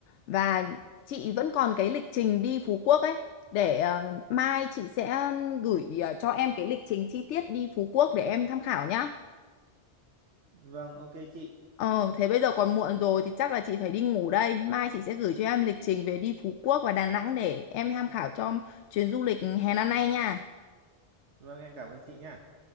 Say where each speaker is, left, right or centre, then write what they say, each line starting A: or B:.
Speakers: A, on the left; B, on the right.
A: Và chị vẫn còn cái lịch trình đi Phú Quốc ấy để ờ, mai chị sẽ ờ, gửi ờ, cho em cái lịch trình chi tiết đi Phú Quốc để em tham khảo nhá.
B: Vâng, ok chị.
A: Ờ, thế bây giờ còn muộn rồi thì chắc là chị phải đi ngủ đây. Mai chị sẽ gửi cho em lịch trình về đi Phú Quốc và Đà Nẵng để em tham khảo cho chuyến du lịch hè năm nay nha.
B: Vâng, em cảm ơn chị nha.